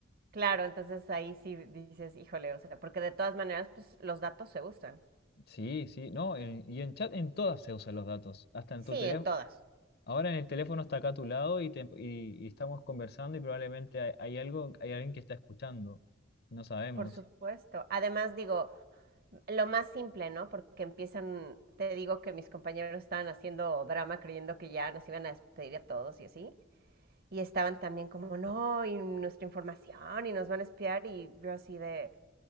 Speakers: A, on the right; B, on the left.
A: claro, entonces ahí sí dices, híjole, o sea, porque de todas maneras, pues los datos se usan.
B: Sí, sí, no, en- y en chat en todas se usan los datos, hasta en
A: Sí,
B: tu teléfono,
A: en todas.
B: Ahora en el teléfono está acá a tu lado y, te- y- y estamos conversando y probablemente hay, hay algo, hay alguien que está escuchando. No sabemos.
A: Por supuesto. Además, digo, lo más simple, ¿no? Porque empiezan, te digo que mis compañeros estaban haciendo drama creyendo que ya nos iban a despedir a todos y así. Y estaban también como, no,
B: Eh,
A: y nuestra información, y nos van a espiar. Y yo así de,